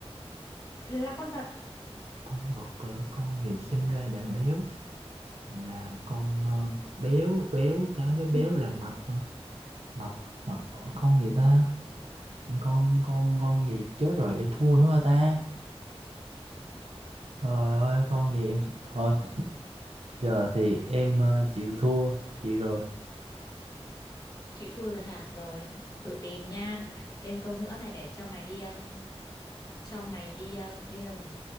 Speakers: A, on the left; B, on the right.
A: Là con vật.
B: con vật ờ, con gì sinh ra đã béo là con ờ, béo béo trái với béo
A: Ừ,
B: là mập hả? mập mập ờ, con gì ta con con con gì chết rồi em thua nữa hả ta trời ơi con gì em thôi giờ thì em ờ, chịu thua chị rồi
A: chịu thua rồi hả rồi tự tìm nha thêm câu nữa này để cho mày đi um, cho mày đi uh, đi đâu nhỉ